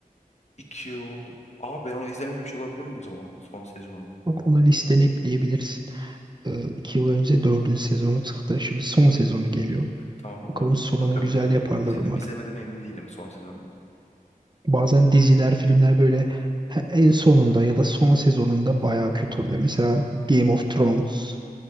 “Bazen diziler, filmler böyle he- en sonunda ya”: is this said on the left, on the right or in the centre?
Right